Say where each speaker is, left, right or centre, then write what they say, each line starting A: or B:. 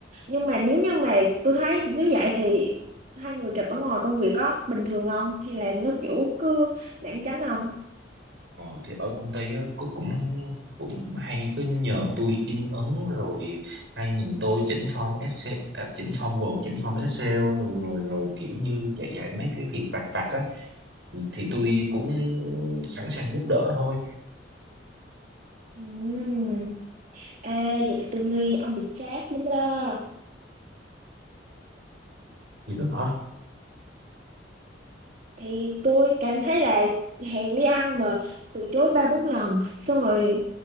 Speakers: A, on the right; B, on the right.
A: nhưng mà nếu như mà tôi thấy nếu vậy thì hai người gặp ở ngoài công việc có bình thường không hay là nó kiểu cứ lảng tránh không
B: ờ, thì ở công ty á cô cũng cũng hay cứ nhờ tôi in ấn rồi hay nhìn tôi chỉnh form Excel à, chỉnh form Word chỉnh form Excel rồi rồi kiểu như dạy dạy mấy cái việc vặt vặt á thì, thì tôi cũng sẵn sàng giúp đỡ thôi
A: Ừm. Ê, vậy là tôi nghi ông bị trap lắm đó
B: thì cứ hả
A: thì tôi cảm thấy là hẹn đi ăn mà từ chối ba bốn lần xong rồi